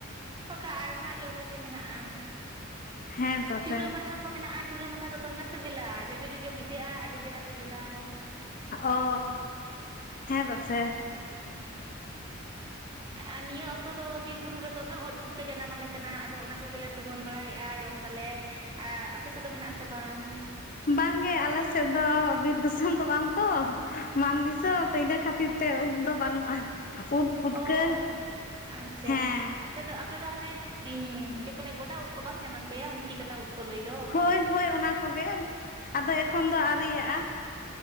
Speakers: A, on the right (about 20°); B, on the left (about 45°).
A: ᱚᱱᱠᱟ ᱟᱭᱢᱟ ᱡᱚᱢ᱾ ᱠᱚᱜᱮ ᱢᱮᱱᱟᱜᱼᱟ᱾
B: ᱦᱮᱸ ᱛᱚ
A: ᱪᱩᱨᱟᱹ
B: ᱥᱮ᱾
A: ᱢᱟᱴᱷᱟ ᱠᱚ ᱢᱮᱱᱟᱜᱼᱟ ᱪᱩᱨᱟᱹ ᱢᱟᱴᱷᱟ ᱫᱚ ᱫᱚᱢᱮ ᱥᱤᱵᱤᱞᱟ, ᱡᱚᱡᱚ ᱡᱚᱡᱚ ᱵᱩᱡᱷᱟᱹᱜᱼᱟ ᱟᱹᱰᱤ ᱪᱮᱦᱨᱟ ᱥᱤᱵᱤᱞᱟ᱾
B: ᱚ ᱦᱮᱸ ᱛᱚ ᱥᱮ᱾
A: ᱟᱨ ᱱᱤᱭᱟᱹ ᱚᱠᱛᱚ᱾ ᱛᱚ ᱵᱤᱨ ᱵᱩᱨᱩ ᱨᱮ ᱫᱚᱢᱮ ᱩᱫ ᱯᱩᱴᱠᱟᱹ ᱡᱟᱱᱟᱢ ᱟᱞᱮ ᱠᱟᱱᱟ ᱟᱫᱚ ᱚᱱᱟ ᱠᱚᱜᱮᱞᱮ ᱛᱩᱢᱟᱹᱞ ᱵᱟᱲᱟᱭᱮᱫᱼᱟ ᱡᱚᱢ ᱫᱟᱞᱮ᱾ ᱟ ᱟᱯᱮ ᱥᱮᱫ ᱫᱚ ᱢᱮᱱᱟᱜ ᱟᱥᱮ ᱵᱟᱝ?
B: ᱵᱟᱝᱜᱮ ᱟᱞᱮ ᱥᱮᱫ ᱫᱚ ᱵᱤᱨ ᱫᱩᱥᱟᱹᱢ ᱫᱚ ᱵᱟᱝ ᱛᱚ ᱢᱟᱱ ᱫᱤᱥᱟᱹᱢ ᱛᱚ ᱤᱱᱟᱹ ᱠᱷᱟᱹᱛᱤᱨ᱾ ᱛᱮ ᱩᱫ ᱫᱚ ᱵᱟᱱᱩᱜᱼᱟ ᱩᱫ ᱯᱩᱴᱠᱟᱹ
A: ᱚ ᱟᱪᱪᱷᱟ
B: ᱦᱮᱸᱻ
A: ᱟᱯᱮ ᱫᱚ ᱟᱯᱮ ᱫᱚ ᱦᱟᱱᱮ ᱤᱧ ᱪᱮᱫ ᱠᱚ ᱞᱮ ᱜᱚᱰᱟ ᱩᱫ ᱠᱚ ᱵᱟᱝ ᱡᱟᱱᱟᱢ ᱯᱮᱭᱟ ᱢᱩᱪᱤ ᱠᱟᱴᱟ ᱩᱫ ᱠᱚ ᱞᱟᱹᱭ ᱫᱚ᱾
B: ᱦᱳᱭ ᱦᱳᱭ ᱚᱱᱟ ᱠᱚ ᱜᱮ ᱟᱫᱚ ᱮᱠᱷᱚᱱ ᱫᱚ ᱟᱨᱤᱭᱟᱜᱼᱟ᱾